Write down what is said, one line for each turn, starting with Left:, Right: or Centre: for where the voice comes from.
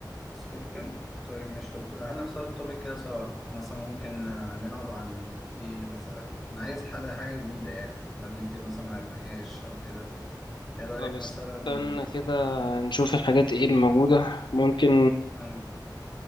Centre: سبوركل طيب مش طب تعالى نختار التوبيك كده سوا مثلا ممكن آه، نلعب عن ايه مثلا انا عايز حاجه حاجه جديده يعني بقالنا كتير مثلا ما لعبناهاش او كده ايه رايك
Left: طب استنى
Centre: مثلا
Left: كده نشوف الحاجات ايه الموجودة ممكن
Centre: عن-